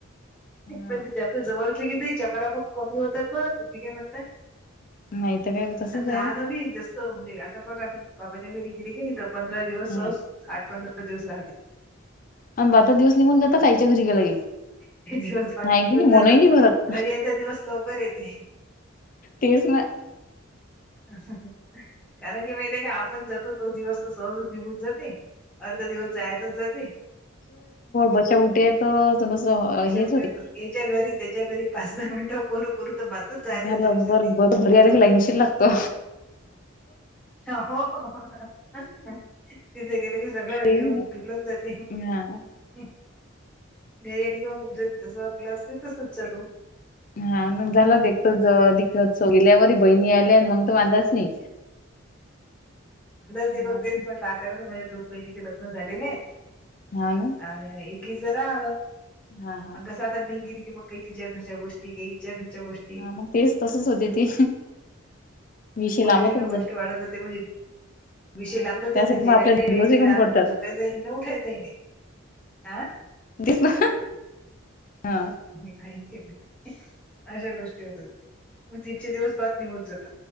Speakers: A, on the left (about 40°); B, in the centre.
A: हां.
B: पण जास्त जवळ की चक्रा खूप कमी होतात ब तुमही काय म्हणताय
A: नाही तर काय तसंच
B: आणि
A: आहे.
B: राहणं बी जास्त म्हणजे तर बघ आम्ही बाबाच्या घरी गेली गेली तर पंधरा दिवस
A: हां.
B: स आठ पंधरा दिवस राहते
A: आणि आता दिवस निघून जात आईच्या घरी गेले की
B: ते दिवस बातमीघून
A: आहे की नाही
B: जातात
A: मनही नाही भरत.
B: घरी याचा दिवस लवकर येते..
A: तेच ना..
B: कारण की माहित आहे का आपण जातो तो दिवस तर सहज निघून जाते अर्धा दिवस जायतच जाते
A: बशा उठे तर जणस
B: बशा
A: हेच
B: उठ्यातच
A: होते
B: याच्या घरी त्याच्या घरी पाच दहा मिनटं बात करू करू तर मग जायचा
A: झालं
B: दिवस येते
A: बरं बरं घरी आले की लाईनशील लागतो
B: हो हो.. तिथ गेलं क सगळ
A: तेच
B: येऊन
A: ना
B: बिकडून जाते
A: हां.
B: मी गेली की जस आपलं असते तसच चालू
A: हा मग झाला एक
B: हम्म.
A: तत्सव गेल्यावरी बहिणी आल्या मग तो आलाच नाही
B: ते
A: हां,
B: बघते मग आतास माझ्या दोन बहिणीचे लग्न झालेले
A: हां ना.
B: आणि जरा आलं
A: हां, हां.
B: मग कसं आता मी गेली की मग तिच्या घरच्या गोष्टी हिच्या घरच्या गोष्टी
A: हा मग तेच तसच होते ते विषय लांबतच
B: गोष्टी न गोष्टी वाढत जाते म्हणजे विषय
A: हां,
B: लांब जात
A: त्यासाठी
B: जेवायचा
A: मग आपल्या
B: वेग
A: दिवसही
B: नाही
A: कमी
B: राहत
A: पडतात.
B: झोपायच नाही ना उठायचं नाही आ
A: तेच ना.. हा..
B: नाही केली अशा गोष्टी होत होते मग तितके दिवस बातमी होन जाते